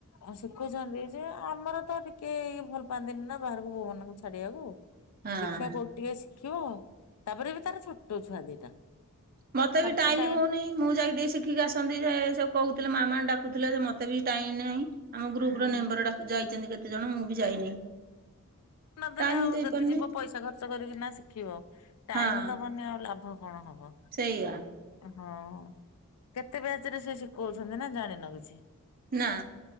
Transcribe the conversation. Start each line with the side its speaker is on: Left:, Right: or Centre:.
Left: ଆଉ ଶିଖୁଛନ୍ତି ଯେ ଆମର ତ ଟି କେ ଭଲ୍ ପାଆନ୍ତିନି ନା ବାହାରୁକୁ ବୋହୁ ମାନୁଙ୍କୁ ଛାଡିଆକୁ।
Right: ହଁ।
Left: ଦେଖିଆ କୋଉ ଟିକେ ଶିଖିମୁ? ତାପରେ ବି ତାର ଛୋଟ ଛୁଆ ଦିଟା।
Right: ମତେ ବି
Left: ତାଙ୍କୁ
Right: ଟାଇମି
Left: ଟାଇ
Right: ହୋଉନେଇଁ। ମୁଁ ଯାଇ ଟିକେ ଶିଖିକି ଆସନ୍ତି ଯେ ସେ କୋହୁଥିଲେ ମା ମାଁ ଡାକୁଥିଲେ ଯେ ମତେ ବି ଟାଇନ୍ ନାହିଁ। ଆମ ଗ୍ରୁପ୍
Left: ଉଁ
Right: ର ନେମ୍ବର ଡାକୁ ଯାଇଚନ୍ତି କେତେ ଜଣ? ମୁଁ ବି ଯାଇନି।
Left: ନଦେଲେ
Right: ଟାଇମ
Left: ଆଉ
Right: ହିଁ ଦେଇପାରୁନି
Left: ଯଦି ଯିବ ପଇସା ଖର୍ଚ୍ଚ କରିକି ନା ଶିଖିବ ଟାଇମି
Right: ହଁ।
Left: ଦବନି ଆଉ ଲା ଭ କଣ ହବ।
Right: ସେଇଆ
Left: ହଁଅ, କେତେ ବ୍ୟାଚ୍ ରେ ସେ ଶିଖୋଉଛନ୍ତି? ନା ଜାଣିନ କିଛି।
Right: ନାଁ।